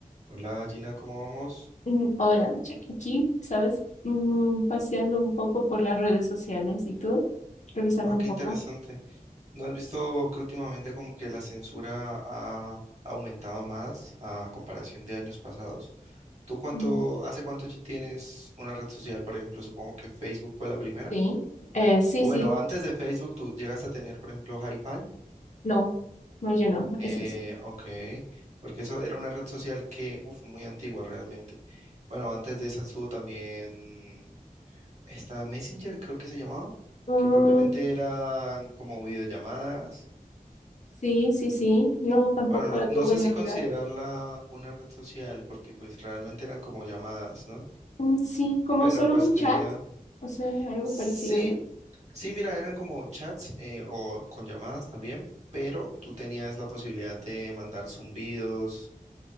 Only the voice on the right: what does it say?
Hola Gina, ¿cómo vamos?
Ah,
qué
interesante. ¿No has visto que últimamente como que la censura ha aumentado más a comparación de años pasados? ¿Tú cuánto,
hace cuánto ya tienes una red social? Por ejemplo, supongo que Facebook fue la primera.
O
bueno, antes de Facebook tú llegaste a tener, por ejemplo, Hi-Fi.
Eh,
ok, porque eso era una red social que, uff, muy antigua realmente. Bueno, antes de esa estuvo también está Messenger, creo que se llamaba,
que propiamente eran como videollamadas.
Bueno, no,
no sé
si
considerarla una red social porque pues realmente eran como llamadas, ¿no?
Pero
pues
tenía...
Sí,
sí, mira, eran como chats eh, o con llamadas también, pero tú tenías la posibilidad de mandar zumbidos